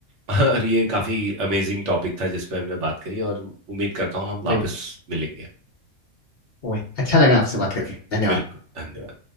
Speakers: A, on the right; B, on the left.
A: <laughs> और ये काफी अमेजिंग टॉपिक था जिस पे हमने बात करी और उम्मीद करता हूँ हम वापस
B: वही
A: मिलेंगे
B: वही अच्छा लगा आपसे बात करके धन्यवाद
A: बिल्कुल धन्यवाद